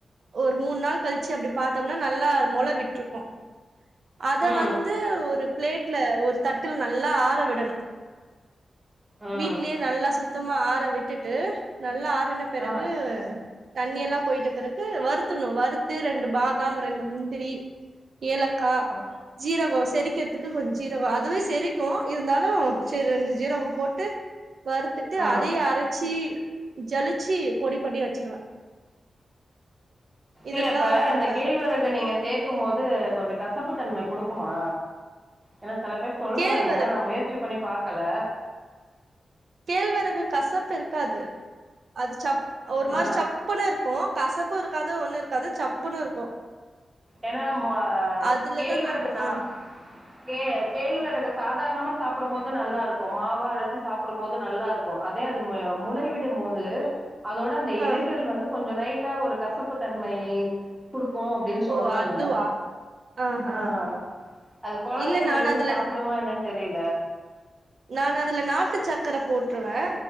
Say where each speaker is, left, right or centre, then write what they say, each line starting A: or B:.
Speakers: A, on the right; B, on the right.
A: ஒரு மூண் நாள் கழிச்சு அப்டி பாத்தோம்னா நல்லா மொள விட்ருக்கு அத
B: ஆ. ஆ.
A: வந்து ஒரு பிளேட்ல ஒரு தட்டுல் நல்லா ஆற விடணு
B: ஆ.
A: வீட்லியே நல்லா சுத்தமா ஆற விட்டுட்டு நல்லா ஆறுன பெறகு
B: ஆ. ஆ.
A: தண்ணி எல்லா போயிட்ட பிறகு வறுத்துன்ணு வறுத்து ரெண்டு பாதாம் ரெண்டு முந்திரி ஏலக்கா
B: ஆ.
A: ஜீரகோ செரிக்கிறதுக்கு கொஞ்சோ ஜீரகோ அதுவே செரிக்கு இருந்தாலு சேரி ரெண்டு ஜீரகோ போட்டு வறுத்துட்டு
B: ஆ.
A: அதையு அரச்சி ஜலிச்சி பொடி பண்ணி வச்சிருவே இதெல்லா
B: இல்ல இப்ப
A: குடுப்பே
B: அந்த கேழ்வரகு இத நீங்க சேக்கு போது கொஞ்சோ கசப்பு தன்மை குடுக்குமா ஏனா செல பேர் சொல்றாங்க
A: கேழ்வரகு
B: நா முயற்சி பண்ணி பாக்கல
A: கேழ்வரகு கசப்பு இருக்காது அது சப் ஒரு
B: ஆ.
A: மாரி சப் சப்புன்னு இருக்கு கசப்பு இருக்காது ஒண்ணு இருக்காது சப்புன்னு இருக்கு
B: ஏனா மொ
A: அதுலதா
B: கேழ்வரகு நா
A: ஆ
B: கே கேழ்வரகு சாதாரணமா சாப்பிடு போது நல்லா இருக்கு மாவா அரைச்சு சாப்பிடும்போது நல்லா இருக்கு இப்ப அதே முளை விடு போது அதோட அந்த
A: ஆ
B: இலைகள் வந்து கொஞ்சோ லைட் டா கசப்பு தன்மை குடுக்கு அப்டின்னு சொல் சொல்றாங்க
A: ஓ அதுவா ஆஹா
B: ஆ அது கொழந்தைகள்
A: இல்ல நானு
B: விரும்பி
A: அதுல
B: சாப்பிடுமா என்னனு தெரில
A: நா அதுல நாட்டு சக்கர போட்டுருவே